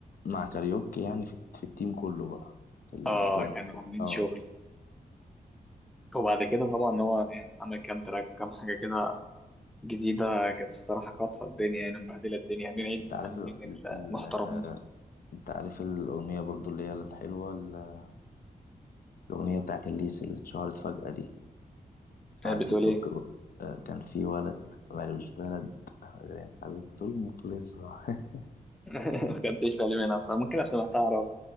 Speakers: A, on the left (about 70°); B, in the centre.
A: مع كاريوكي يعني في, في التيم كله بقى في البراند
B: اه كانوا عاملين
A: اه
B: شغل وبعد كده طبعا هو عمل كام تراك كام حاجة كده جديدة كانت الصراحة خاطفة الدنيا يعني مبهدلة الدنيا عاملين عيد
A: انت
B: من الفنانين
A: عارف ال... ال... ال-
B: المحترمين
A: آه، انت عارف الاغنيه برضو اللي هي الحلوه ال- الاغنيه بتاعت الليس اللي اتشهرت فجاه دي على
B: آه، بتقول
A: التيك
B: ايه؟
A: توك برضو. آه، كان في ولد مالوش بلد غير حبيبته المخلصة <laughs>
B: <laughs> ما خدتش بالي منها فممكن عشان هتعرف